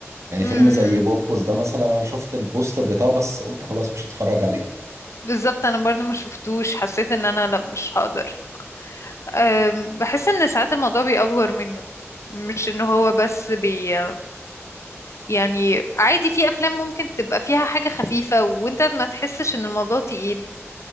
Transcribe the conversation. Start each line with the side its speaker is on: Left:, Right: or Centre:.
Right: يعني
Left: امم
Right: فيلم زي بوبوس ده مثلا أنا شفت البوستر بتاعه بس قلت خلاص مش هتفرج
Left: بالظبط انا برضو ما شفتوش حسيت ان انا لا مش هقدر أم، بحس ان ساعات الموضوع بيأفور منه مش ان هو بس بي يعني عادي في افلام ممكن تبقى فيها حاجة خفيفة وانت ما تحسش ان الموضوع تقيل